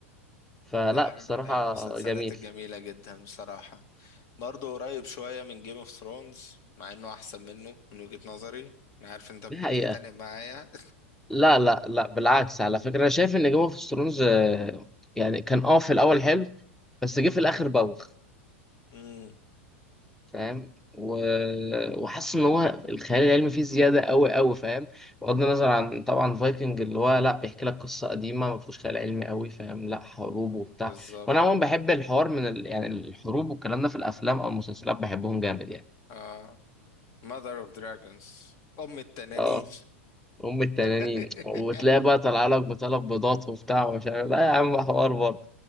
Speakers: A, in the centre; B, on the left.
A: فلا
B: لا
A: بصراحة
B: من المسلسلات
A: جميل
B: الجميلة جدا بصراحة برضه قريب شوية من جيم اوف ثرونز مع انه احسن منه من وجهة نظري انا عارف انت ممكن
A: دي حقيقة
B: تتخانق معايا
A: لا لا لا بالعكس على فكرة انا شايف ان جيم اوف ثرونز يعني كان اه في الاول حلو بس
B: <laughs> مم.
A: جه في الاخر بوخ
B: مم.
A: فاهم و... وحاسس ان هو الخيال العلمي فيه زياده قوي قوي فاهم بغض النظر عن طبعا فايكنج اللي هو لا بيحكي لك قصه قديمه ما فيهوش خيال علمي قوي فاهم لا حروب وبتاع
B: بالظبط
A: وانا عموما بحب الحوار من ال... يعني الحروب والكلام ده في الافلام او المسلسلات بحبهم جامد يعني
B: اه Mother of Dragons أم التنانين
A: اه ام التنانين
B: <laughs>
A: وتلاقي بقى طالعه لك بطلب بيضات وبتاع ومش عارف لا يا عم حوار برضه